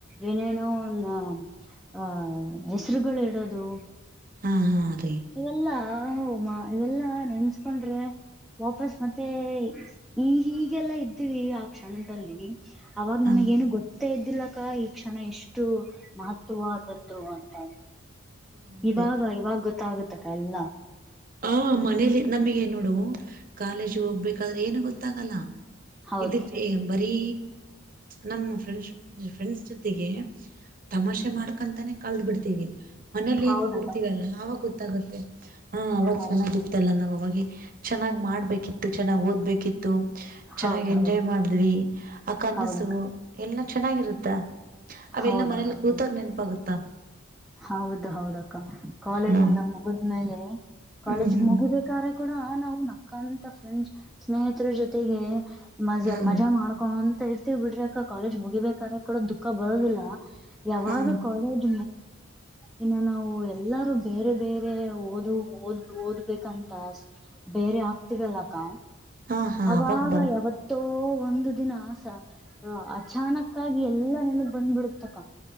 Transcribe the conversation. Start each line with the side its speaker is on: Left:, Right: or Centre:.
Centre: ಏನೇನೋ ನ ಆಹ ಹೆಸರುಗಳು ಇಡೋದು
Right: ಹಾ ಹಾ ರೀ
Centre: ಇವೆಲ್ಲಾ ಹಮ್ಮ ಇವೆಲ್ಲಾ ನೆನ್ಸ್ಕೊಂಡ್ರೆ ವಾಪಸ್ ಮತ್ತೆ ಈ ಹೀಗೆಲ್ಲಾ ಇದ್ದೀವಿ ಆ ಕ್ಷಣದಲ್ಲಿ ಅವಾಗ
Right: ಹ
Centre: ನಮಗ ಏನು ಗೊತ್ತೇ ಇದ್ದಿಲ್ಲ ಶಿಕ್ಷಣ ಎಷ್ಟು ಮಹತ್ವಾದದ್ದು ಅಂತ
Right: ಹೌದೇ
Centre: ಇವಾಗ ಇವಾಗ ಗೊತ್ತಾಗತ್ತಕ್ಕ ಎಲ್ಲಾ
Right: ಹ ಮನೇಲಿ ನಮಗೆ ನೋಡು ಕಾಲೇಜ್ ಹೋಗ್ಬೇಕಾದ್ರೆ ಏನು ಗೊತ್ತಾಗಲ್ಲ
Centre: ಹೌದು
Right: ಇ ಬರೀ ನಮ್ಮ ಫ್ರೆಂಡ್ಶಿಪ್ ಫ್ರೆಂಡ್ಸ್ ಜೊತೆಗೆ ತಮಾಷೆ ಮಾಡ್ಕಂತಾನೇ ಕಳದ್ ಬಿಡ್ತೀವಿ ಮನೇಲಿ
Centre: ಹೌದಕ್ಕ
Right: ಏನ್ ಕೂಡ್ತಿವಲ್ಲ ಆವಾಗ ಗೊತ್ತಾಗುತ್ತೆ ಹಾ ಅವಾಗ
Centre: ಹೌದು
Right: ಚೆನ್ನಾಗಿ ಇತ್ತಲ್ಲ ನಾವ್ ಅವಾಗ ಚೆನ್ನಾಗಿ ಮಾಡ್ಬೇಕಿತ್ತು ಚೆನ್ನಾಗಿ ಓದ್ಬೇಕಿತ್ತು ಚೆನ್ನಾಗಿ
Centre: ಹೌದ
Right: ಎಂಜಾಯ್
Centre: ಹೌದು
Right: ಮಾಡಿದ್ವಿ ಆ ಕನಸು
Centre: ಹೌದಕ್ಕ
Right: ಎಲ್ಲ ಚೆನ್ನಾಗಿರುತ್ತ ಅವೆಲ್ಲ
Centre: ಹೌದಕ್ಕ
Right: ಮನೇಲಿ ಕೂತಾಗ
Centre: ಹೌದು
Right: ನೆನಪಾಗುತ್ತ
Centre: ಹೌದು ಹೌದಕ್ಕ ಕಾಲೇಜ್
Right: ಹಲೋ
Centre: ಎಲ್ಲ ಮುಗಿದ್ಮೇಲೆ ಕಾಲೇಜ
Right: ಹ್ಮ್ ಹ್ಮ್
Centre: ಮುಗಿಬೇಕ ಕೂಡ ನಾವು ನಕ್ಕಂತ ಫ್ರೆಂಡ್ ಸ್ನೇಹಿತರ ಜೊತೆಗೆ ಮಜಾ
Right: ಹ್ಮ್
Centre: ಮಜಾ ಮಾಡ್ಕೊಂತ ಇರ್ತೀವಿ ಬಿಡ್ರಿ ಅಕ್ಕ ಕಾಲೇಜ್ ಮುಗಿಬೇಕಾರೆರ ಕಡ ದುಃಖ ಬರೋದಿಲ್ಲಾ ಯಾವಾಗ
Right: ಹಾ
Centre: ಕಾಲೇಜ ಇನ್ನು ನಾವು ಎಲ್ಲಾರೂ ಬೇರೆ ಬೇರೆ ಓದು ಓದ್ ಓದ್ಬೇಕಂತ ಬೇರೆ ಆಗ್ತರಲ್ಲಕ್ಕ
Right: ಹಾ ಹಾ ಹಾ
Centre: ಅವಾಗ
Right: ಬರ
Centre: ಯಾವತ್ತೂ ಒಂದು ದಿನಸ ಅಚಾನಕ್ಕ ಆಾಗಿ ಎಲ್ಲ ನೆನಗ್ ಬಂದ್ಬಿಡತಕ್ಕ